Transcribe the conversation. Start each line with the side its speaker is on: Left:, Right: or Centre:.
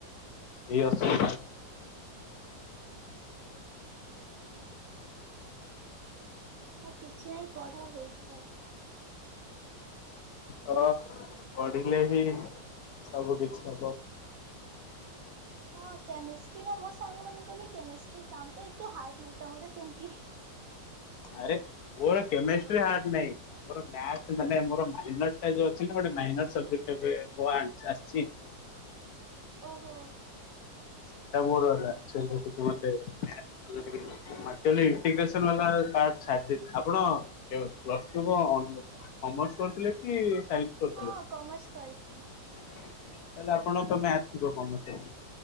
Left: ଏଇ ଅସୁ <inaudible>
Right: ହଉ କିଛି ନାହିଁ ପଢ ହେଇଯିବ।
Left: ହ ପଢିଲେ ହିଁ ସବୁ କିଛି ହବ।
Right: ହଁ କେମିଷ୍ଟ୍ରି ନା ମୋ ସାଙ୍ଗମାନଙ୍କ ବି କେମିଷ୍ଟ୍ରି ତାଙ୍କୁ ଏତେ ହାର୍ଡ଼ ନାହିଁ ତମର କେମିତି ହ
Left: ଆରେ ବୋର କେମିଷ୍ଟ୍ରି ହାର୍ଟ ନାଇଁ ମୋର <unintelligible> ମାନେ ମୋର ମାରିନଟ ଟା ଯୋଉ ଅଛି ନା ଗୋଟେ ମାଇନ୍ସ ସବଜେକ୍ଟ ୱାନ୍ସ ଆସିଚି
Right: ଓହୋ
Left: ସେଇଟା ମୋର ହେଲା <inaudible> ଆକଚୁଆଲି ଇନ୍ଟିଗ୍ରେଶନ <unintelligible> ଆପଣ ଯୋଉ ପ୍ଲସ ଟୁ କ କମର୍ସ କରିଥିଲେ କି ସାଇନ୍ସ କରିଥିଲେ?
Right: ହଁ କମର୍ସ କରିଥିଲି।
Left: ତାହେଲେ ଆପଣ ତମେ ଆସିବ <unintelligible>